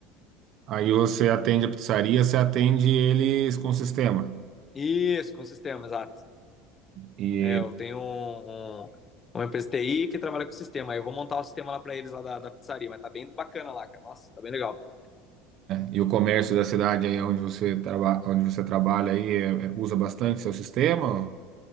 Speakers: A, on the right; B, on the left.
A: Aí você atende a pizzaria, você atende eles com o sistema.
B: Isso, com sistema, exato.
A: E,
B: É, eu tenho um, um- uma empresa de TI que trabalha com sistema. Aí eu vou montar o sistema lá pra eles lá da, da pizzaria, mas tá bem bacana lá, cara. Nossa, tá bem legal.
A: e o comércio da cidade aí onde você, traba, onde você trabalha aí é- é- usa bastante seu sistema?